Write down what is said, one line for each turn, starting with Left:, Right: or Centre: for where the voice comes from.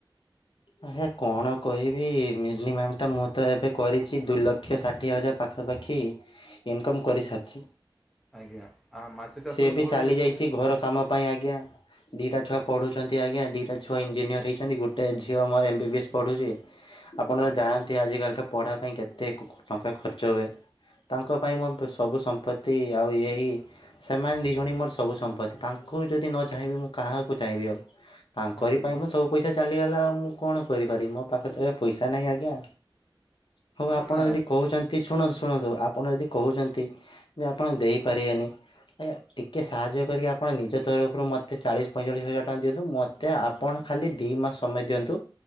Left: ଆଜ୍ଞା କଣ କହିବି ମିନିମମ୍ ଟା ମୁଁ ତ ଏବେ କରିଛି ଦୁଇ ଲକ୍ଷ ଷାଠିଏ ହଜାର। ପାଖାପାଖି ଇନକମ୍ କରିସାରିଛି।
Centre: ଆଜ୍ଞା ଆ ମାଛ ଚାଷରୁ
Left: ସେ ବି
Centre: ଭଲ
Left: ଚାଲି
Centre: ଇନକମ୍
Left: ଯାଇଛି ଘର କାମ ପାଇଁ ଆଜ୍ଞା ଦିଇଟା ଛୁଆ ପଢ଼ୁଛନ୍ତି ଆଜ୍ଞା ଦିଟା ଛୁଆ ଇଞ୍ଜିନିୟର ହେଇଛନ୍ତି ଗୋଟ ଝିଅ ମୋର ଏମବିବି ଏସ୍ ପଢ଼ୁଛି। ଆପଣ ତ ଜାଣନ୍ତି ଆଜିିକାଲି ପଢା ପାଇଁ କେତେ ଟଙ୍କା ଖର୍ଚ୍ଚ ହୁଏ। ତାଙ୍କ ପାଇଁ ମୋ ସବୁ ସମ୍ପତ୍ତି ଆଉ ଏହି ସେମାନେ ଦିଇ ଜଣ ମୋର ସବୁ ସମ୍ପତ୍ତି ତାଙ୍କୁ ଯଦି ନ ଚାହିଁବି ମୁଁ କାହାକୁ ଚାହିଁବି ଆଉ। ତାଙ୍କରି
Centre: ଆଜ୍ଞା
Left: ପାଇଁ ମୋ ସବୁ ପଇସା ଚାଲିଗଲା ଆଉ। ମୁଁ କଣ କରିପାରିବି ମୋ ପାଖରେ ତ ଏବେ ପଇସା ନାହିଁ ଆଜ୍ଞା ହଉ
Centre: ନା
Left: ଆପଣ
Centre: ନା
Left: ଯଦି କହୁଛନ୍ତି ଶୁଣନ୍ତୁ ଶୁଣନ୍ତୁ ଆପଣ ଯଦି କହୁଛନ୍ତି ଯେ ଆପଣ ଦେଇପାରିବେନି। ଆଜ୍ଞା ଟିକେ ସାହାଯ୍ୟ କରିକି ଆପଣ ନିଜ ତରଫରୁ ମୋତେ ଚାଳିଶ ପଇଁଚାଳିଶ ହଜାର ଟଙ୍କା ଦିଅନ୍ତୁ ମୋତେ ତ ଆପଣ ଖାଲି ଦୁଇ ମାସ ସମୟ ଦିଅନ୍ତୁ।